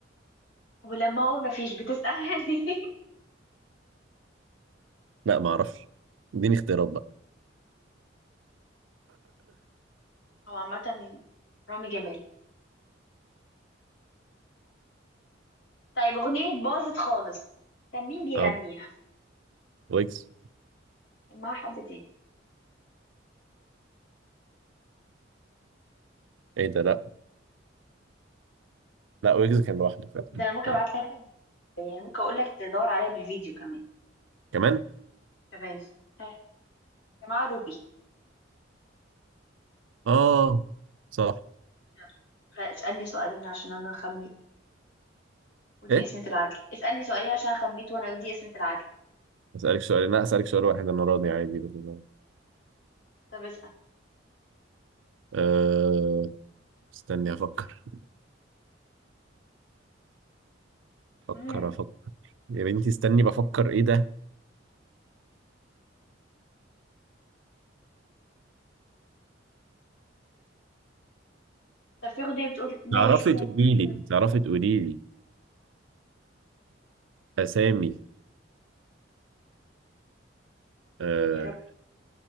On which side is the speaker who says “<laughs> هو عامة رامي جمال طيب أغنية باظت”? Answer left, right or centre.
Left